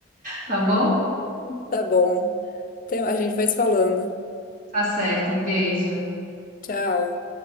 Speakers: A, on the right; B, on the left.
A: tá bom?
B: Tá bom. Então, a gente vai se falando.
A: Tá certo, um beijo.
B: Tchau.